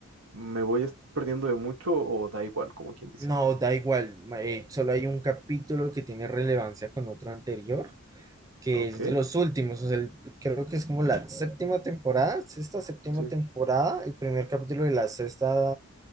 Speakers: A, on the right; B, on the right.
A: ¿me voy a estar perdiendo de mucho o da igual, como quien dice?
B: No, da igual. ma- eh, solo hay un capítulo que tiene relevancia con otro anterior, que
A: Ok.
B: es de los últimos. O sea, el- creo que es como la séptima temporada, sexta, séptima
A: Sí,
B: temporada, el primer capítulo de la sexta